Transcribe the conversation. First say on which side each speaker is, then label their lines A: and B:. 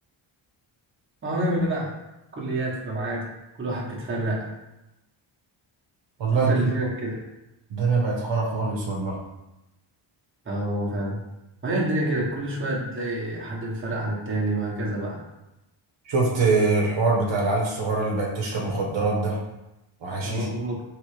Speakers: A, on the right (about 25°); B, on the right (about 65°).
A: اه نعمل ايه بقى؟ كليات وجامعات كل واحد بيتفرق
B: والله
A: انت
B: الدنيا
A: اللي فينك كده
B: الدنيا بقت خرا خالص والله
A: اه هو فعلا ما هي الدنيا كده كل شوية تلاقي حد بيتفرق عن التاني وهكذا بقى
B: شفت الحوار بتاع العيال الصغيرة اللي بقت تشرب مخدرات ده وحشيش
A: اه هم